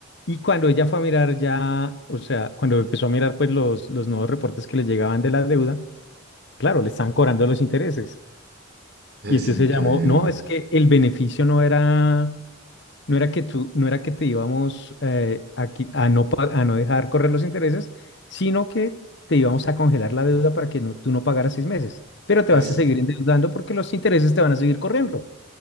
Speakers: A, on the left; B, on the right.
A: Y cuando ella fue a mirar ya, o sea, cuando empezó a mirar pues los, los nuevos reportes que le llegaban de la deuda, claro, le están cobrando los intereses.
B: Es
A: Y entonces
B: increíble,
A: llamó, no, es que el beneficio no era no era que tú, no era que te íbamos eh, a, qui- a no, pa- a no dejar correr los intereses, sino que te íbamos a congelar la deuda para que no- tú no pagaras seis meses, pero te
B: es,
A: vas a seguir endeudando porque los intereses te van a seguir corriendo.